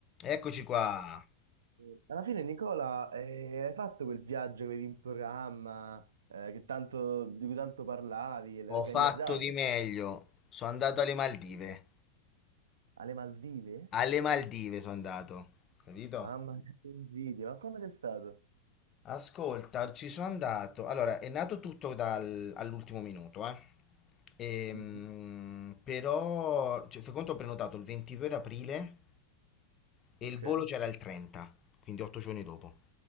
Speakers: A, on the left (about 30°); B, on the right (about 65°).
A: Eccoci qua.
B: Eh, Alla fine, Nicola, eh, hai fatto quel viaggio che avevi in programma, eh, che tanto- di cui tanto parlavi e l'hai
A: Ho
B: organizzato
A: fatto di meglio. Sono andato alle Maldive.
B: alle Maldive?
A: Alle Maldive sono andato. Capito?
B: Mamma mia, che invidia, ma come sei stato?
A: Ascolta, ci sono andato. Allora, è nato tutto dal- all'ultimo minuto, eh. Ehm,
B: Mhm,
A: però, cioè, fai conto, ho prenotato il 22 d'aprile e
B: Ok.
A: il volo c'era il 30, quindi 8 giorni dopo.